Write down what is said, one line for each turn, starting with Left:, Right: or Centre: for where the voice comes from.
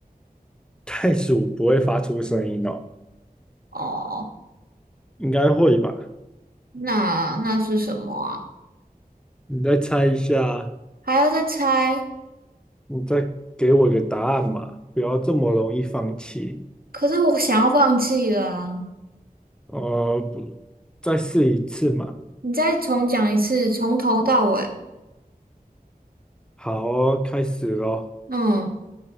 Centre: 袋鼠不会发出声音哦，
Right: 哦，
Centre: 应该会吧？
Right: 那那是什么啊？
Centre: 你再猜一下，
Right: 还要再猜？
Centre: 你再给我一个答案嘛，不要这么容易放弃。
Right: 可是我想要放弃了啊！
Centre: 呃，不，再试一次嘛。
Right: 你再重讲一次，从头到尾。
Centre: 好哦，开始咯。
Right: 嗯，